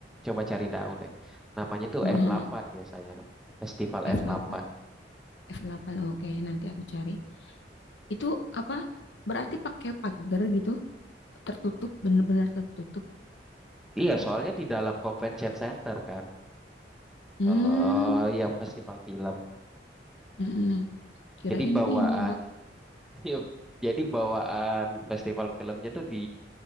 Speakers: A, in the centre; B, on the left.
A: coba cari tahu deh, namanya tuh
B: Mhm.
A: F8 biasanya, festival F8.
B: f delapan f delapan Oke, nanti aku cari. Itu apa? Berarti pakai pagar gitu, tertutup, bener-bener tertutup.
A: Iya, soalnya di dalam convention center kan,
B: Hmm,
A: kalau yang festival film.
B: mhm. Kirain
A: Jadi bawaan,
B: ini bak.
A: <laughs> ya, jadi bawaan festival filmnya tuh di